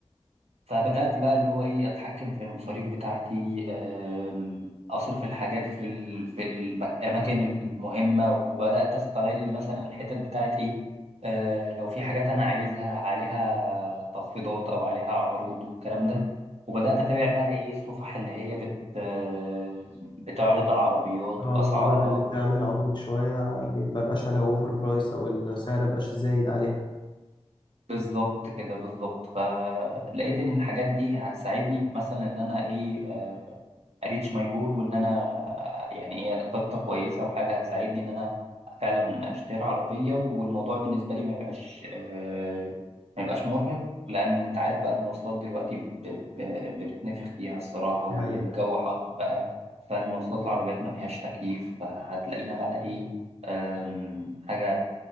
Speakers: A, on the right (about 70°); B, on the left (about 45°).
A: فبدأت بقى اللي هو إيه أتحكم في المصاريف بتاعتي آم، أصرف الحاجات في ال- في الأماكن المهمة وبدأت أستغل مثلا الحتت بتاعت إيه آه، لو في حاجات أنا عايزها عليها تخفيضات أو عليها عروض والكلام ده وبدأت أتابع بقى إيه الصفح اللي هي بت آه، بتعرض على العربيات
B: هو
A: وأسعارها
B: المعارض اللي بتعمل عروض شوية بيبقى- ما بقاش عليها اوفر برايس او السعر مبقاش زايد عليها
A: بالظبط كده بالظبط فلقيت إن الحاجات دي هتساعدني مثلا إن أنا إيه اريتش ماي جول وان انا يعني ايه خطه كويسه وحاجه هتساعدني ان انا فعلا اشتري عربيه والموضوع بالنسبه لي ما يبقاش آه، ما يبقاش مرهق لان انت عارف بقى المواصلات دلوقتي ب- ب- بنتنفخ فيها الصراحه والجو
B: دي حقيقة
A: حر بقى فالمواصلات العربيات ما فيهاش تكييف فهتلاقينا بقى ايه آم، حاجه